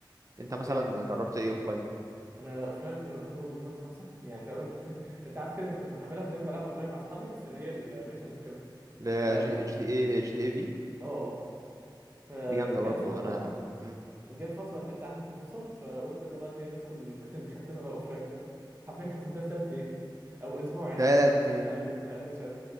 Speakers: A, on the right; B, on the right.
A: انت مثلا
B: جامد
A: جربت ايه اوفلاين
B: انا اوفلاين زي ما قلت لك برضه جيمات خمسه يعني تقريبا <laughs> انت عارف كده كنت محملها دايما بلعبها اونلاين مع اصحابي بس اللي هي الميشنز وكده
A: ل-
B: ف اه
A: جي جي تي اي جي تي اي في
B: اه فجت
A: دي جامدة برضو
B: فتره
A: انا مم.
B: جت فترة النت عندي كان فصل فقلت يلا بقى خلينا ندخل <laughs> نختمها بقى اوف لاين فاهم حرفيا ختمتها في ثلاث ايام <laughs> او اسبوع يعني
A: تلات
B: عشان ما ما قل- ما قلتش قوي